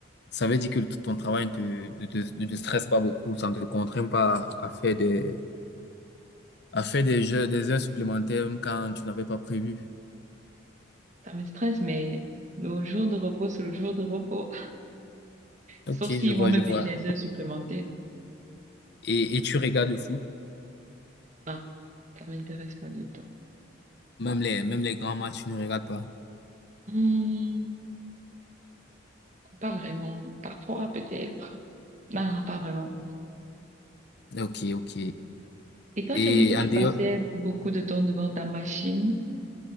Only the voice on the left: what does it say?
ça veut dire que ton travail ne te, ne te, ne te stresse pas beaucoup, ça ne te contraint pas à faire des, à faire des jeux, des heures supplémentaires même quand tu n'avais pas prévu.
Ok,
je vois,
je
vois.
Et, et tu regardes le foot,
même les, même les grands matchs, tu ne regardes pas.
Ok, ok.
Et
en dehors,